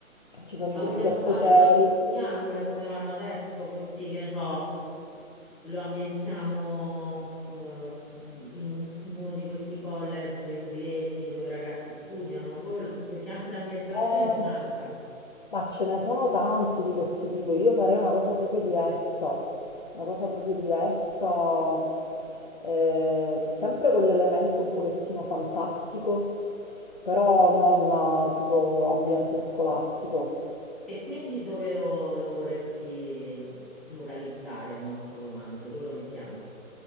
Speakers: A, on the left; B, in the centre.
A: ci sono
B: ma vogliamo
A: i superpoteri.
B: fare un adult young come vanno adesso questi, che ne so, lo ambientiamo eh, in un- in uno di questi college inglesi dove i ragazzi studiano, Dove lo- perché anche l'ambientazione
A: Eh,
B: ti manca.
A: Ma ce ne sono tanti di questo tipo, io farei una cosa proprio diversa, una cosa proprio diversa, eh, sempre con l'elemento un pochettino fantastico, però non eh, tipo ambiente scolastico.
B: E quindi dove lo lo vorresti localizzare il nostro romanzo? Dove lo mettiamo?